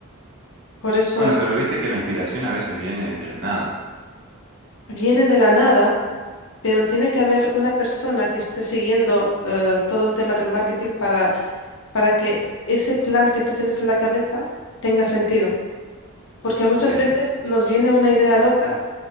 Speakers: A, on the left; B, on the right.
A: Por eso
B: Bueno,
A: es,
B: pero viste que la inspiración a veces viene de la nada.
A: viene de la nada, pero tiene que haber una persona que esté siguiendo eh, todo el tema del marketing para, para que ese plan que tú tienes en la cabeza tenga sentido. Porque muchas
B: Entiendo,
A: veces nos viene una idea loca,